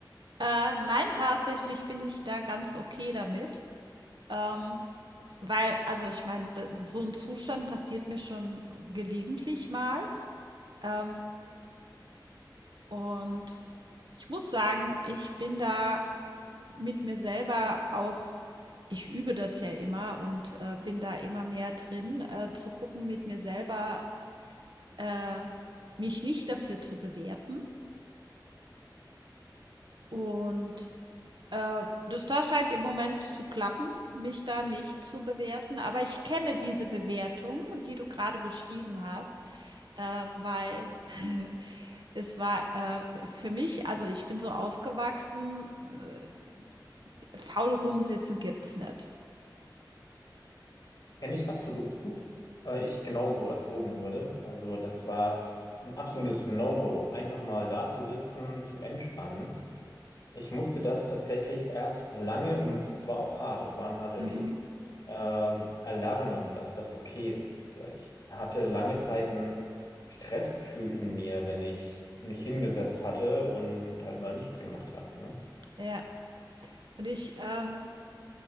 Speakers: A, on the right; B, on the left.
A: Äh, nein, tatsächlich bin ich da ganz okay damit. Ähm, weil, also ich meine, d- so ein Zustand passiert mir schon gelegentlich mal. Ähm, und ich muss sagen, ich bin da mit mir selber auch, ich übe das ja immer und äh, bin da immer mehr drin, äh, zu gucken, mit mir selber äh, mich nicht dafür zu bewerten und Äh, das da scheint im Moment zu klappen, mich da nicht zu bewerten. Aber ich kenne diese Bewertung, die du gerade beschrieben hast, äh, weil <laughs> es war äh, f- für mich, also ich bin so aufgewachsen, äh, faul rumsitzen gibt's nicht.
B: Kenne ich absolut, weil ich genauso erzogen wurde. Also das war ein absolutes No-Go, einfach mal da zu sitzen, zu entspannen. Ich musste das tatsächlich erst lange und es war auch hart, es war ein harter
A: Mhm.
B: Weg, ähm, erlernen, dass das okay ist, weil ich hatte lange Zeit ein Stressgefühl in mir, wenn ich mich hingesetzt hatte und, und halt mal nichts gemacht habe, ne?
A: Ja, und ich ähm,